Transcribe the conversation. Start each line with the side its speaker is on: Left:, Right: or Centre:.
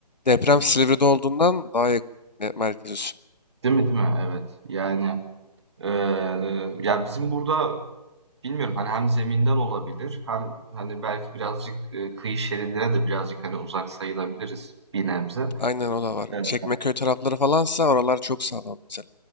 Left: Deprem
Right: Öyle
Left: Silivri'de
Right: mi?
Left: olduğundan daha yakın me- merkez üstüne.
Right: Değil mi değil mi? Evet. Yani e, ya bizim burada bilmiyorum hani hem zeminden olabilir hem hani belki birazcık e, kıyı şeridine de birazcık hani uzak sayılabiliriz bir nebze.
Left: Aynen o da var.
Right: Evet.
Left: Çekmeköy tarafları falansa oralar çok sağlam mesela.